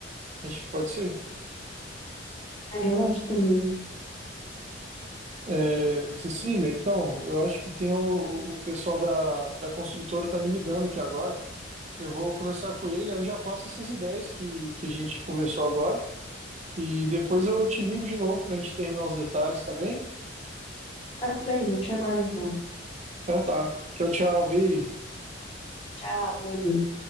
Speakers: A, on the right (about 35°); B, on the left (about 30°).
A: Acho que pode ser.
B: É, eu acho também.
A: É, Cecília, então, eu acho que tem o, o pessoal da, da construtora tá me ligando aqui agora. Eu vou conversar com ele, aí eu já passo essas ideias que, que a gente conversou agora. E depois eu te ligo de novo pra gente terminar os detalhes, tá bem?
B: Tá bem, eu te aguardo então.
A: Então tá. Tchau, tchau. Beijo.
B: Tchau, beijo.